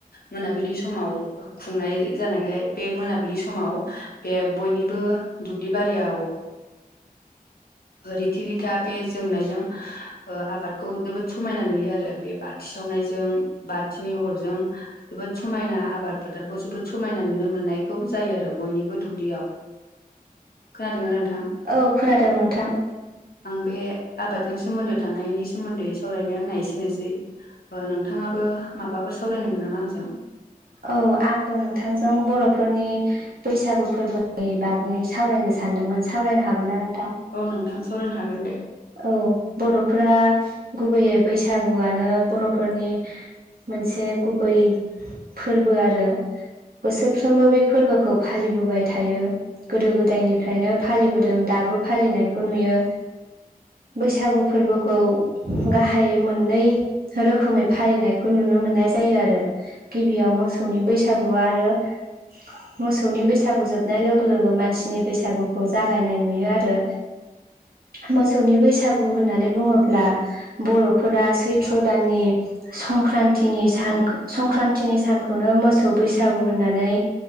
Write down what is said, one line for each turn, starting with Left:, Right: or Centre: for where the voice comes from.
Left: मोनाबिलि समाव खुंनाय जानायखायो बे मोनाबिलि समाव बे बयनिबो दुब्लि बारियावो रिथि-रिथा बे जोंनायजों आबादखौ जोबोद समायना नुयो आरो बे बाथि सावनायजों बाथिनि अरजों ओ जोबोद समायना आबाद फोथारखौ जोबोद समायना नुनो मोननायखौ जायो आरो बयनिबो दुब्लियाव खोनादोंना नोंथां?
Right: औ खोनादों नोंथां ओ।
Left: आं बे आबादजों सोमोन्दो थानायनि सोमोन्दै सावरायनाय आंना एसेनोसै। नोंथाङाबो माबाबो सावरायनोमोन नामा आंजोंओ
Right: औ आंबो नोंथांजों बर'फोरनि बैसागु फोरबोनि बागै सावरायनो सानदोंमोन सावरायनो हागोनना नोंथां ओ।
Left: औ नोंथां सावरायनो हागोन दे।
Right: ओ औ बर'फोरा गुबैयै बैसागुआनो बर'फोरनि मोनसे गुबै फोरबो आरोना। बोसोरफ्रोमबो बे फोरबोखौ फालिबोबाय थायोओ गोदो-गोदायनिफ्रायनो फालिबोदों दाबो फालिनायखौ नुयो। बैसागु फोरबोखौ गाहायै मोननैसो रोखोमै फालिनायखौ नुनो मोननाय जायो आरो। गिबियाव मोसौनि बैसागु आरो ओ मोसौनि बैसागु जोबनाय लोगो लोगो मानसिनि बैसागुखौ जागायनाय नुयो आरो मोसौनि बैसागु होननानै बुङोब्ला बर'फोरा सैथ्र दाननि संक्रान्तिनि सान संक्रान्तिनि सानखौनो मोसौ बैसागु होननानै